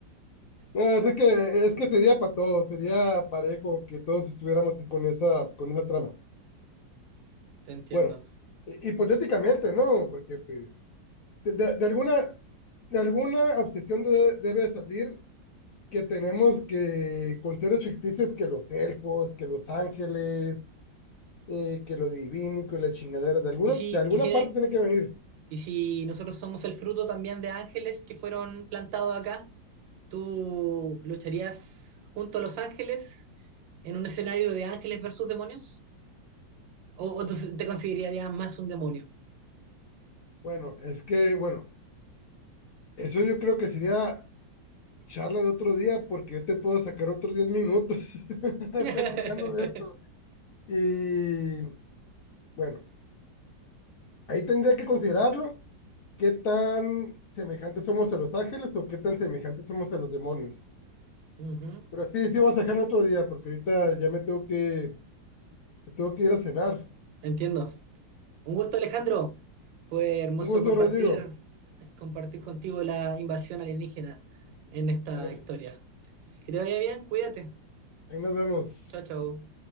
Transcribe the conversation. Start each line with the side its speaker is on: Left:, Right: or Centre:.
Left: No, es que, es que sería para todos, sería parejo que todos estuviéramos con esa, con esa trama.
Right: entiendo.
Left: Bueno, hi- hipotéticamente, ¿no? Porque pues de, de- de alguna, de alguna obsesión de- debe salir que tenemos que, con seres ficticios, que los elfos, que los ángeles, eh, que lo divino, que la chingadera, de alguna,
Right: ¿Y si,
Left: de alguna
Right: y si,
Left: parte tiene que venir.
Right: y si nosotros somos el fruto también de ángeles que fueron plantados acá, ¿tú lucharías junto a los ángeles en un escenario de ángeles versus demonios? ¿O, o tú te considerarías más un demonio?
Left: Bueno, es que, bueno, eso yo creo que sería charla de otro día porque yo te puedo sacar otros 10 minutos <laughs>
Right: <laughs>
Left: platicando de Y bueno, ahí tendría que considerarlo, qué tan semejantes somos a los ángeles o qué tan semejantes somos a los demonios.
Right: Ujú,
Left: Pero sí, sí, vamos a dejar otro día, porque ahorita ya me tengo que, tengo que ir a cenar.
Right: Entiendo. Un gusto, Alejandro. Fue hermoso
Left: Un gusto,
Right: compartir,
Left: Rodrigo.
Right: compartir contigo la invasión alienígena en esta
Left: Ándale,
Right: historia. Que te vaya bien, cuídate.
Left: ahí nos vemos.
Right: Chao, chao.